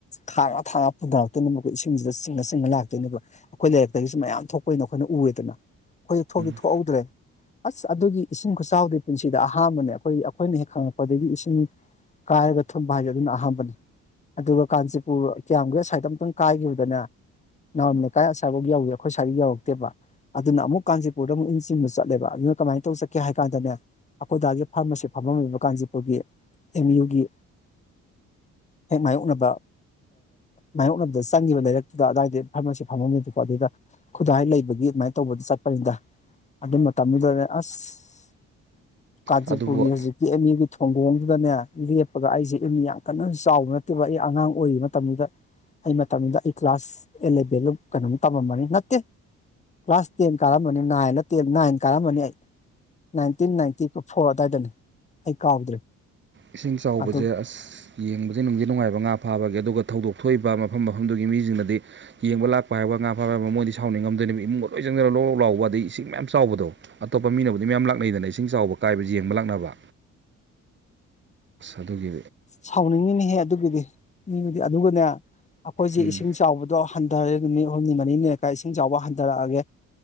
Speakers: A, on the left (about 25°); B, on the right (about 40°).
A: ꯊꯥꯡꯉꯥ ꯊꯥꯡꯉꯥ ꯄꯨꯊꯔꯛꯇꯅ ꯃꯈꯣꯏꯁꯤꯡ ꯁꯤꯡꯁꯤꯗ ꯆꯤꯡꯅ ꯆꯤꯡꯅ ꯂꯥꯛꯇꯣꯏꯅꯦꯕ ꯑꯩꯈꯣꯏ ꯂꯥꯏꯔꯤꯛꯇꯒꯤꯁꯨ ꯃꯌꯥꯝ ꯊꯣꯛꯄ ꯑꯣꯏꯅ ꯑꯩꯈꯣꯏꯅ ꯎꯑꯦꯗꯅ ꯑꯩꯈꯣꯏꯗꯤ ꯊꯣꯛꯁꯤ
B: ꯎꯝ ꯎꯝ
A: ꯊꯣꯛꯍꯧꯗ꯭ꯔꯦ ꯑꯁ ꯑꯗꯨꯒꯤ ꯏꯁꯤꯡ ꯈꯨꯆꯥꯎꯗꯤ ꯄꯨꯟꯁꯤꯗ ꯑꯍꯥꯝꯕꯅꯦ ꯑꯩꯈꯣꯏ ꯑꯩꯈꯣꯏꯅ ꯍꯦꯛ ꯈꯪꯉꯛꯄꯗꯒꯤ ꯏꯁꯤꯡ ꯀꯥꯏꯔꯒ ꯊꯨꯝꯕ ꯍꯥꯏꯁꯦ ꯑꯗꯨꯅ ꯑꯍꯝꯕꯅꯤ ꯑꯗꯨꯒ ꯀꯥꯟꯆꯤꯄꯨꯔ ꯀꯌꯥꯝꯨꯒ ꯁ꯭ꯋꯥꯏꯗ ꯀꯥꯏꯒꯤ ꯑꯗꯨꯗꯅ ꯅꯥꯎꯝ ꯂꯩꯀꯥꯏ ꯑꯆꯥꯥꯐꯧ ꯌꯧꯏꯤ ꯑꯩꯈꯣꯏ ꯁ꯭ꯋꯥꯏ ꯌꯧꯔꯛꯇꯦꯕ ꯑꯗꯨꯅ ꯑꯃꯨꯛ ꯀꯥꯟꯆꯤꯄꯨꯔꯗ ꯑꯃꯨꯛ ꯏꯟ ꯆꯤꯡꯕ ꯆꯠꯂꯦꯕ ꯑꯗꯨ ꯀꯃꯥꯏ ꯇꯧꯦ ꯀꯦ ꯍꯥꯏ ꯀꯥꯟꯗꯅꯦ ꯑꯩꯈꯣꯏ ꯗꯥꯒꯤ ꯐꯥꯔꯃꯥꯁꯤ ꯐꯝꯐꯝꯃꯤꯕ ꯀꯥꯟꯆꯤꯄꯨꯔꯒꯤ ꯑꯦꯝ ꯌꯨꯒꯤ ꯍꯦꯛ ꯃꯥꯌꯣꯛꯅꯕ ꯃꯌꯣꯛꯅꯕꯗ ꯆꯪꯈꯤꯕ ꯂꯩꯔꯛꯇꯨꯗ ꯑꯗꯨꯗꯥꯏꯗ ꯐꯥꯔꯃꯥꯁꯤ ꯐꯪꯉꯝꯅꯤꯗꯀꯣ ꯑꯗꯨꯗ ꯈꯨꯗꯥꯥꯏ ꯂꯩꯕꯒꯤ ꯑꯗꯨꯃꯥꯏꯅ ꯇꯧꯕꯗ ꯆꯠꯄꯅꯤꯗ ꯑꯗꯨꯝꯕ ꯇꯝꯃꯤꯗꯨꯅꯦ ꯑꯁ ꯀꯥꯦ
B: ꯑꯗꯨꯕꯨ
A: ꯄ ꯍꯧꯦ ꯊꯣꯡꯒꯣꯡꯗꯨꯗꯅꯦ ꯂꯦꯞꯄꯒ ꯑꯩꯁꯦ ꯑꯅꯤ ꯌꯥꯝ ꯀꯟꯅ ꯆꯥꯎꯕ ꯅꯠꯇꯦꯕ ꯑꯩ ꯑꯉꯥꯡ ꯑꯣꯏꯔꯤ ꯃꯇꯝꯗꯨꯗ ꯑꯩ ꯃꯇꯝꯗꯨꯗ ꯑꯩ ꯀ꯭ꯂꯥꯁ ꯑꯦꯂꯦꯚꯦꯟꯂ ꯀꯩꯅꯣꯝ ꯇꯝꯃꯃꯅꯤ ꯅꯠꯇꯦ ꯀ꯭ꯂꯥꯁ ꯇꯦꯟ ꯀꯥꯔꯃꯅꯤ ꯅꯥꯏꯟꯗ ꯇꯦꯟ ꯅꯥꯏꯟ ꯀꯥꯔꯝꯃꯅꯤ ꯑꯩ ꯅꯥꯏꯟꯇꯤꯟ ꯅꯥꯏꯟꯇꯤ ꯐꯣꯔ ꯑꯗꯨꯋꯥꯏꯗꯅꯦ ꯑꯩ ꯀꯥꯎꯗ꯭ꯔꯦ
B: ꯏꯁꯤꯡ ꯆꯥꯎꯕꯁꯦ
A: ꯑꯗꯨ
B: ꯑꯁ ꯌꯦꯡꯕꯁꯦ ꯅꯨꯡꯁ ꯅꯨꯡꯉꯥꯏꯕ ꯉꯥ ꯐꯥꯕꯒꯦ ꯑꯗꯨꯒ ꯊꯧꯗꯣꯛ ꯊꯣꯛꯏꯕ ꯃꯐꯝ ꯃꯐꯝꯗꯨꯒꯤ ꯃꯤꯁꯤꯡꯅꯗꯤ ꯌꯦꯡꯕ ꯂꯥꯛꯄ ꯍꯥꯏꯕ ꯉꯥ ꯐꯥꯕ ꯍꯥꯏꯕ ꯃꯣꯏꯗꯤ ꯁꯥꯎꯅꯤꯡꯉꯝꯗꯣꯏꯅꯦꯕ ꯏꯃꯨꯡꯒ ꯂꯣꯏ ꯆꯪꯖꯔꯒ ꯂꯔꯣꯛ ꯂꯥꯎꯕ ꯑꯗꯗꯒꯤ ꯏꯁꯤꯡ ꯃꯌꯥꯝ ꯆꯥꯎꯕꯗꯣ ꯑꯇꯣꯞꯄ ꯃꯤꯅꯕꯨꯗꯤ ꯃꯌꯥꯝ ꯂꯥꯛꯅꯩꯗꯅ ꯏꯁꯤꯡ ꯆꯥꯎꯕ ꯀꯥꯏꯕꯁ ꯌꯦꯡꯕ ꯂꯥꯛꯅꯕ ꯑꯗꯨꯒꯤ
A: ꯁꯥꯎꯅꯤꯡꯉꯤꯅꯦꯍꯦ ꯑꯗꯨꯒꯤꯗꯤ ꯎꯗꯤ ꯑꯗꯨꯒꯅ ꯑꯩꯈꯣꯏꯁꯦ
B: ꯎꯝ
A: ꯏꯁꯤꯡ ꯆꯥꯎꯕꯗꯣ ꯍꯟꯊꯔꯦ ꯅꯨꯃꯤꯠ ꯍꯨꯝꯅꯤ ꯃꯔꯤꯅꯦꯀ ꯏꯁꯤꯡ ꯆꯥꯎꯕ ꯍꯟꯊꯔꯛꯑꯒꯦ